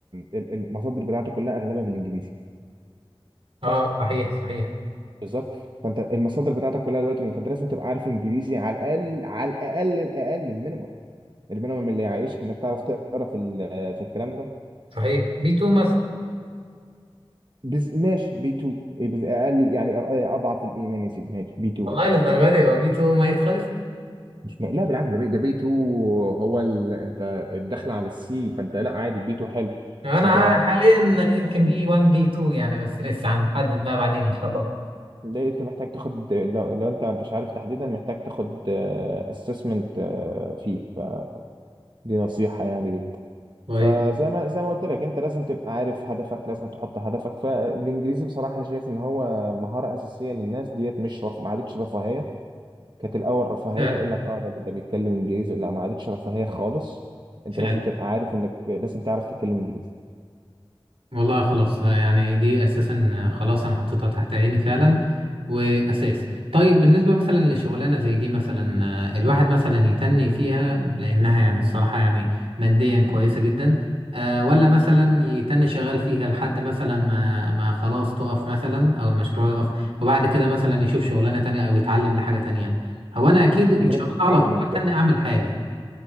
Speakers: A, on the right; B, on the right.
A: ال- المصادر بتاعته كلها اغلبها بالانجليزي
B: أه
A: صح
B: صحيح صحيح
A: بالظبط فانت المصادر بتاعتك كلها دلوقتي فانت لازم تبقى عارف انجليزي على الاقل على الاقل الاقل المينيمم المينيمم اللي يعيشك انك تعرف تقرا في ال- في الكلام ده
B: صحيح بي 2 مثلا
A: بس ماشي بي 2 إيه بس اقل يعني أ- اضعف الايمان يا سيدي ماشي بي 2
B: والله للدرجة دي هو بي 2 ميت خالص
A: مش م... لا بالعكس ده بي ده بي 2 هو ال... انت الدخل على السي فانت لا عادي بي 2 حلو
B: أنا
A: انت
B: حاليا يمكن بي 1 بي 2 يعني بس لسه هنحدد بقى بعدين إن شاء الله
A: ليه انت محتاج تاخد لو, لو انت انت مش عارف تحديدا محتاج تاخد اسسمنت فيه فدي نصيحة يعني ليك
B: طيب
A: فزي ما زي ما قلت لك انت لازم تبقى عارف هدفك لازم تحط هدفك فالانجليزي بصراحة انا شايف ان هو مهارة اساسية للناس ديت مش رف... ما عادتش رفاهية كانت الاول رفاهيه
B: فعلا
A: يقول لك اه ده ده بيتكلم انجليزي لا ما عادتش رفاهيه خالص انت
B: فعلا
A: لازم تبقى عارف انك لازم تعرف تتكلم انجليزي
B: والله خلاص لا يعني دي اساسا خلاص انا حطيتها تحت عيني فعلا واساس طيب بالنسبه مثلا لشغلانه زي دي مثلا آه، الواحد مثلا يتني فيها لانها يعني الصراحه يعني ماديا كويسه جدا آه، ولا مثلا يتني شغال فيها لحد مثلا ما ما خلاص تقف مثلا او المشروع يقف وبعد كده مثلا يشوف شغلانه تانية او يتعلم لحاجه تانية هو انا اكيد ان
A: انت
B: شاء
A: لازم
B: الله
A: تتعلم
B: على طول
A: من دلوقتي
B: هتني اعمل حاجه